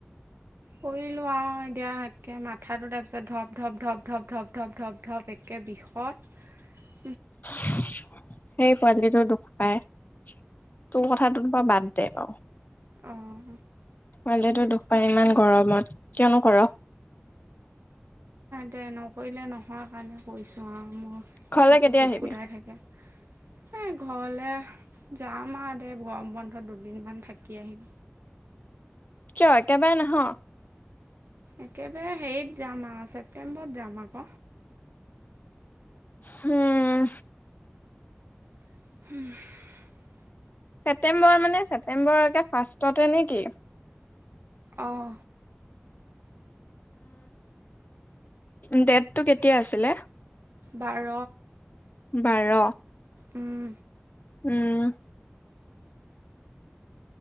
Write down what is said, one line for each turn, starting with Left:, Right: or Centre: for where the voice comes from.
Right: কৰিলো আও এতিয়া একে মাথাটো তাৰপিছত ধপ- ধপ ধপ- ধপ -ধপ -ধপ -ধপ -ধপ এক কে বিষত
Left: <inaudible> সেই পোৱালিটো দুখ পায়, তোৰ কথাটোত বাও বাদ দে বাউ
Right: অঁ
Left: পোৱালীটো দুখপাই ইমান গৰমত কিয়নো কৰ?
Right: তাকে নকৰিলে নহয় সেইকাৰণে কৰিছোঁ আৰু মোৰ
Left: ঘৰলে
Right: চকু
Left: কেতিয়া
Right: কোট
Left: আহিবি?
Right: কোটাই থাকে এ ঘৰলে যাম আৰু দে, গৰম বন্ধত দুদিনমান থাকি আহিম।
Left: কিয় একে বাৰে নাহ'?
Right: একেবাৰে হেৰিত যাম আৱ ছেপ্তেম্বৰত যাম আক
Left: হুম।
Right: <inaudible>
Left: ছেপটেম্বৰ মানে ছেপ্টেম্বৰ এতিয়া ফাৰ্ষ্টতে নে কি?
Right: অহ।
Left: উম ডেটটো কেতিয়া আছিলে?
Right: বাৰ।
Left: বাৰ।
Right: উম।
Left: উম।